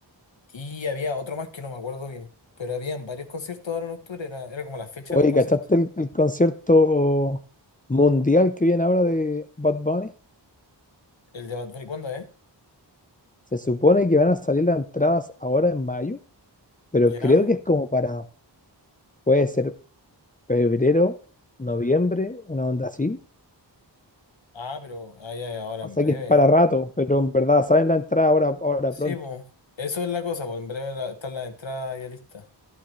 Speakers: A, on the left; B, on the left.
A: Y había otro más que no me acuerdo bien. Pero habían varios conciertos ahora en octubre. Era, era como la fecha
B: Oye,
A: de los conciertos.
B: ¿cachaste el, el concierto mundial que viene ahora de Bad Bunny?
A: El de Bad Bunny, ¿cuándo es?
B: Se supone que van a salir las entradas ahora en mayo, pero
A: ¿Ya?
B: creo que es como para, puede ser febrero, noviembre, una onda así.
A: Ah, pero ah, ya, ya, ahora
B: O
A: en
B: sea
A: breve.
B: que es para rato, pero en verdad salen las entradas ahora, ahora
A: Sí,
B: pronto.
A: pues. Eso es la cosa, pues en breve la- está la entrada ya lista.